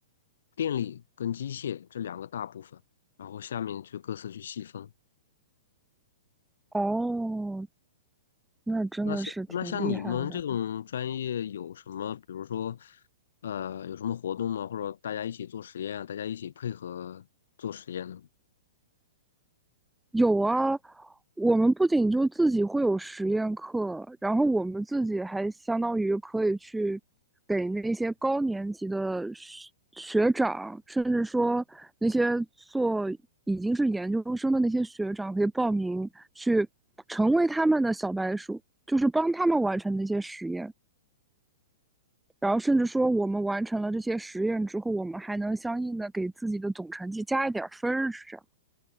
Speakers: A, on the left (about 65°); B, in the centre.
A: 电力跟机械这两个大部分，然后下面就各自去细分。
B: 哦，那真的是挺厉害的。
A: 那像那像你们这种专业有什么，比如说呃，有什么活动吗？或者大家一起做实验啊，大家一起配合做实验呢？
B: 有啊，我们不仅就自己会有实验课，然后我们自己还相当于可以去给那些高年级的学学长，甚至说那些做已经是研究生的那些学长，可以报名去成为他们的小白鼠，就是帮他们完成那些实验。然后甚至说，我们完成了这些实验之后，我们还能相应的给自己的总成绩加一点儿分儿，是这样。